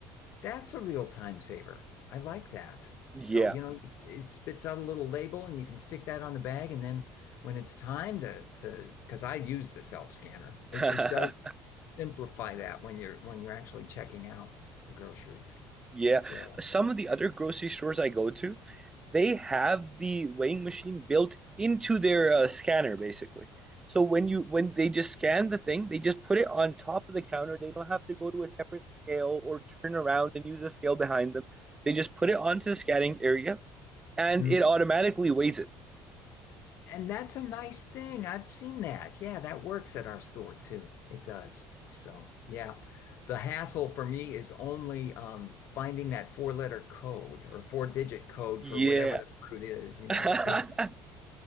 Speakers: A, on the left; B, on the right.
A: That's a real time saver. I like that.
B: Yeah.
A: So, you know, it spits out a little label and you can stick that on the bag. And then when it's time to, to, because I use the self scanner,
B: <laughs>
A: it, it does simplify that when you're, when you're actually checking out the groceries.
B: Yeah,
A: So,
B: some of the other grocery stores I go to, they have the weighing machine built into their uh, scanner basically. So when you when they just scan the thing, they just put it on top of the counter. They don't have to go to a separate scale or turn around and use a scale behind them. They just put it onto the scanning area and
A: mm.
B: it automatically weighs it.
A: And that's a nice thing. I've seen that. Yeah, that works at our store too. It does. So, yeah. The hassle for me is only um, finding that four-letter code or four-digit code
B: Yeah.
A: for whatever the fruit is, you
B: <laughs>
A: know, put it.